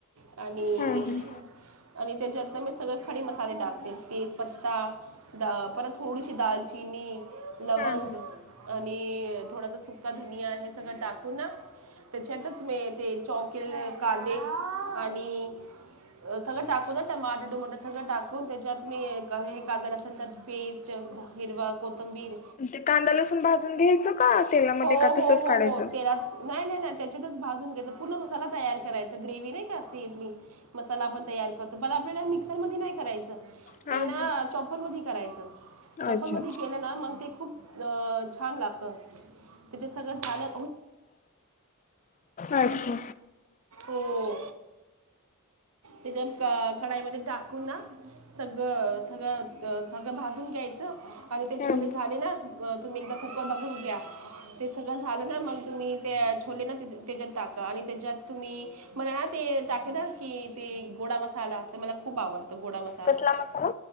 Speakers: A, on the right; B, on the left.
A: आणि
B: हम्म हम्म
A: आणि त्याच्यात तं मी सगळे खडे मसाले टाकते. तेज पत्ता, डा परत थोडीशी दालचि नी लवंग
B: हा हा
A: आणि थोडासा सुका धनिया हे सगळं टाकू ना, त्याच्यातच मी ते चॉप केले कांदे आणि सगळं टाकून ना, टमाटर टुमाटं सगळं टाकून त्याच्यात मी हे कांदा-लसणाचे पेस्ट हिरवा कोथिंबीर
B: ते कांदा-लसून भाजून घ्यायचं का? तेलामध्ये
A: हो-हो-हो-हो
B: का तसच काढायचं
A: तेलात, नाही-नाही-नाही त्याच्यातच भाजून घ्यायचा. पूर्ण मसाला तयार करायचा. ग्रेव्हि नाही का ती हि, मसाला आपण तयार करतो आपल्याला मिक्सरमध्ये नाही करायचं
B: हा
A: तेना
B: हा
A: चॉपर मध्ये करायचं. चॉपरमध्ये
B: अच्छा अच्छा
A: केलं ना मग ते खूप छान लागतं. त्याच्या सगळं झालं
B: आणखी
A: हो तेच्या कढाईमध्ये टाकून ना सगळं-सगळं-सगळं भाजून घ्यायचं आणि ते
B: हम्म
A: छोले झाले ना, तुम्ही एकदा कुकर बघून घ्या. ते सगळं झालं ना, मग तुम्ही ते छोले ना त्याच्यात टाका, आणि त्याच्यात तुम्ही मला ना ते टाक की ते गोड मसाला तर मला खूप आवडत गोडा मसाला
B: कसला मसाला